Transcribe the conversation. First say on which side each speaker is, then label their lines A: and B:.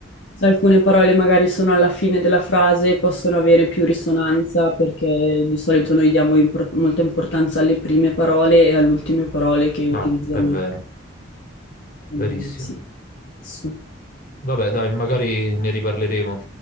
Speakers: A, on the left; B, on the left.
A: Se alcune parole magari sono alla fine della frase, possono avere più risonanza perché di solito noi diamo impor- molta importanza alle prime parole e alle ultime parole che utilizzano
B: Ah, è vero.
A: in Mm,
B: verissimo.
A: sì. Su.
B: Vabbè, dai, magari ne riparleremo.